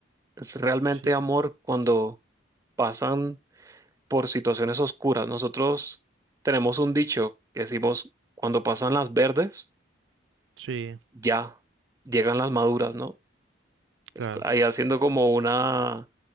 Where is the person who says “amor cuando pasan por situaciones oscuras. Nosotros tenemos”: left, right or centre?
Right